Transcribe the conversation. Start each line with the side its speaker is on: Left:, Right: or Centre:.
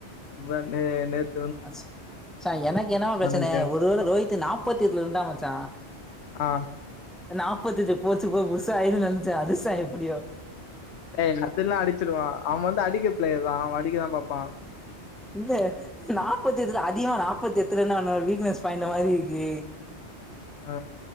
Left: இந்தனேனேத்
Centre: அஸ் சோ எனக்கு என்னவ பிரச்சன
Left: இருக்கே
Centre: ஒருவேள ரோஹித்து நாப்பத்தி எட்டுல இருந்தாமச்சா
Left: ஆ
Centre: நாற்பத்தஜ்ஜு போச்சு போ புசா ஆயிரு நினைச்ச அடிஸா எப்புடியோ
Left: ஏய் அட்தெல்லா அடிச்சிடுவா அவ வந்து அடிக்க பிளேயர் தா அவ அடிக்கதா பாப்பா
Centre: இல்லே நாப்பத்து எத்துல அதிகமா நாப்பத்து எத்துலனன்ன வீக்னஸ் பாயி ன்டு மாரி இருக்கு
Left: ஆ